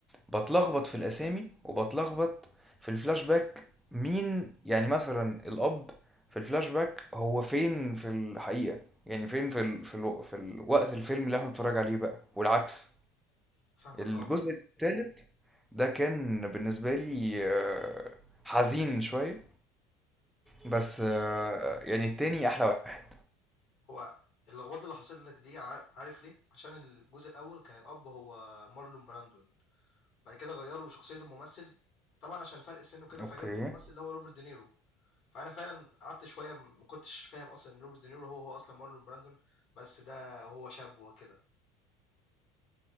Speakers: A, in the centre; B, on the left (about 55°).
A: بتلخبط في الاسامي وبتلخبط في الفلاش باك مين يعني مثلا الاب في الفلاش باك هو فين في الحقيقة يعني فين في ال... في, الو... في الوقت الفيلم اللي احنا بنتفرج عليه بقى والعكس
B: فاهمك
A: الجزء
B: اه
A: التالت ده كان بالنسبة لي آه، حزين شوية بس آه، يعني التاني احلى واحد
B: هو اللخبطة اللي حصلت لك دي عار- عارف ليه عشان الجزء الاول كان الاب هو مارلون براندون بعد كده غيروا شخصية الممثل طبعا عشان فرق السن وكده
A: اوكي
B: فجابوا الممثل اللي هو روبرت دينيرو فانا فعلا قعدت شويه ما كنتش فاهم اصلا ان روبرت دينيرو هو هو اصلا مارلون براندون بس ده هو شاب وكده